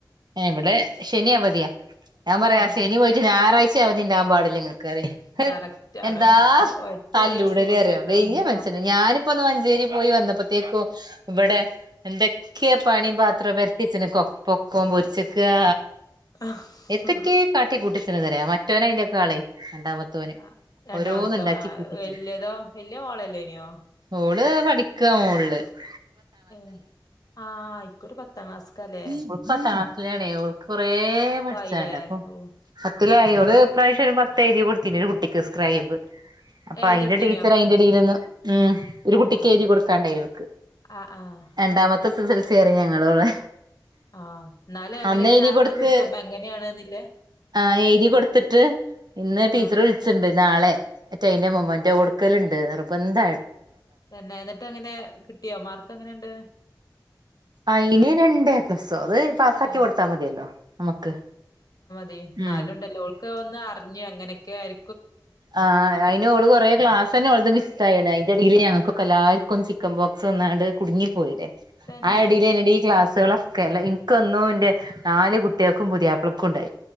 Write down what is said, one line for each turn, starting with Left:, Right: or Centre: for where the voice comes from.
Right: ഇവടെ ശെനി അവധിയാ ഞാൻ പറയാ
Left: ഏഹ്
Right: ആ ശനി പോയിറ്റ് ഞായറ ഴ്ചിം അവധിണ്ടാകാൻ പാടില്ലങ്ങക്ക് ക്ക് പറയെ ഹഅ്
Left: കറക്റ്റ് ആണ്
Right: എന്താ
Left: ഒറ്റ
Right: തല്ലൂടല്
Left: ദിവസം വീട്ടിലിരുന്നാ
Right: അറിയോ വെയ്യ
Left: മതി
Right: മന്ഷന് ഞാന് പ്പൊന്ന് മഞ്ചേ ഞ്ചേരി പോയി വന്നപ്പത്തേക്കും വടെ എന്തേ ക്ക്യാ പണിം പാത്രോം പെരത്തിവെച്ച് ണ് ക്കോ പൊക്കോം പൊരിച്ചക്കാ
Left: ആഹ്
Right: എത്തക്കേ കാട്ടിക്കൂട്ടിക്ക് <unintelligible> മറ്റോനാ അയിൻ്റെ ക്കെ ആള് രണ്ടാമത്തോന്
Left: ആഹ് രണ്ടാമത്തോ
Right: ഓരോന്ന് ണ്ടാക്കി
Left: ആഹ്
Right: കൂട്ടിവെച്ച്ക്ക്ണ്
Left: വല്യതോ വല്യ മോളല്ലേനിയോ
Right: ഓള് പഠിക്കാ മോള് <unintelligible>
Left: ഏ ആ ഇക്കുറി പത്താം ക്ലാസ്ക്കാ ലേ
Right: ഓള് പത്താം ക്ലാസിലാണേയ് ഓക്ക് കൊറേ പഠിച്ചാണ്ട്
Left: ആയില്ലേ
Right: അപ്പൊ
Left: ഓഹ്
Right: പത്തില് ആയി ഓള് ഇപ്രാവശ്യം ഒര് പത്തെഴുതി കൊടുത്തീനി ഒര് കുട്ടിക്ക് സ്‌ക്രൈബ് അപ്പയിൻ്റെ
Left: എഴുതിയെടുത്തീനിയോ
Right: ടീച്ചറ് അയിൻ്റെടീലൊന്ന് ഊം ഒരു കുട്ടിക്കെയ്തി
Left: ആഹ്
Right: കൊടുക്കാണ്ടയ്നി ഓക്ക്
Left: ആഹ് ആഹ്
Right: രണ്ടാമത്തെ സ് <unintelligible> സറി ഞങ്ങളോള്ളെ.
Left: ആഹ് എന്നാലും അങ്ങനെ
Right: അന്ന്
Left: ഒരു
Right: എഴുതി
Left: ധാരണ
Right: കൊട്ത്ത്,
Left: കിട്ടും എങ്ങനെയാണ്ന്നില്ലേ
Right: ആ എഴുതി കൊട്ത്ത്ട്ട് ഇന്ന്
Left: ആഹ്
Right: ടീച്ചർ വിള്ച്ച്ണ്ട് നാളെ മറ്റേ അയിൻ്റെ മൊമൻ്റൊ കൊടുക്കല്ണ്ട് നിർബന്ധാ
Left: പിന്നെ എന്നിട്ട് എങ്ങനെ കിട്ടിയോ മാർക്ക് എങ്ങനെണ്ട്
Right: അയിന് രണ്ട് എപ്ലസ് <unintelligible> പാസാക്കി
Left: ഏഹ്
Right: കൊട്ത്താ മതിയല്ലോ നമുക്ക്
Left: തി, ന്നാലും
Right: ഉം
Left: ഉണ്ടല്ലോ ഓൾക്ക് ഒന്ന് അറ്ഞ്ഞ് അങ്ങനെ <unintelligible>
Right: ആ അയിന് ഓള് കെറേ ക്ലാസെന്നെ ഓൾത് മിസ്സായിന്ന് അയിൻ്റെടീല് ഞങ്ങൾ കൊക്കെല്ലാ ക്കും ചിക്കൻ ബോക്സ് വന്നാണ്ട് കുടുങ്ങി പോയില്ലേ.
Left: തന്നെ
Right: ആ <unintelligible> ഈ ക്ലാസ്സുകളും കെല്ല ഇൻക്കൊന്നും ഇൻ്റെ നാല് കുട്ടികൾക്കും പുതിയാപ്പൾക്കും ഉണ്ടായി.